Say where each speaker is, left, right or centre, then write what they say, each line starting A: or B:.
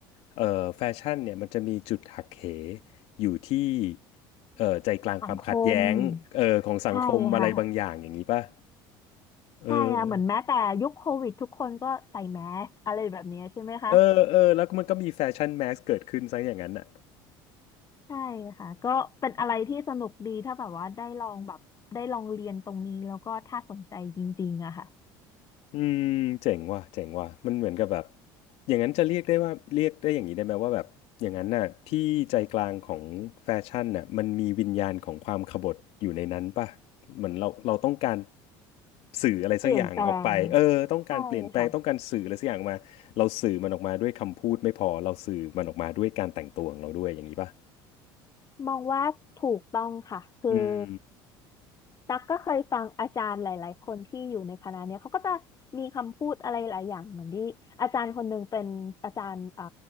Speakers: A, on the left; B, on the left.
A: เอ่อแฟชั่นเนี่ยมันจะมีจุดหักเหอยู่ที่เอ่อใจกลางความขัดแย้งเอ่อของสังคมอะไรบางอย่างอย่างนี้ป่ะ
B: สังคมใช่ค่ะ
A: เออ
B: ใช่ค่ะเหมือนแม้แต่ยุคโควิดทุกคนก็ใส่แมสอะไรแบบนี้ใช่ไหมคะ
A: เออเออแล้วมันก็มีแฟชั่นแมสเกิดขึ้นซะอย่างนั้นอ่ะ
B: ใช่ค่ะก็เป็นอะไรที่สนุกดีถ้าแบบว่าได้ลองแบบได้ลองเรียนตรงนี้แล้วก็ถ้าสนใจจริงๆอะค่ะ
A: อืมเจ๋งว่ะเจ๋งว่ะมันเหมือนกับแบบอย่างนั้นจะเรียกได้ว่าเรียกได้อย่างนี้ได้ไหมว่าแบบอย่างนั้นน่ะที่ใจกลางของแฟชั่นน่ะมันมีวิญญาณของความขบถอยู่ในนั้นป่ะเหมือนเราเราต้องการสื่ออะไรสักอย่างออกไปเออต้องการเปลี่ยนแปลงต้องการสื่ออะไรสักอย่างออกมาเราสื่อมันออกมาด้วยคำพูดไม่พอเราสื่อมันออกมาด้วยการแต่งตัวของเราด้วยอย่างนี้ป่ะ
B: เปลี่ยนแปลงใช่ค่ะมองว่าถูกต้องค่ะคือ
A: อืม
B: ตักก็เคยฟังอาจารย์หลายๆคนที่อยู่ในคณะเนี้ยเขาก็จะมีคำพูดอะไรหลายอย่างเหมือนที่อาจารย์คนหนึ่งเป็นอาจารย์อ่า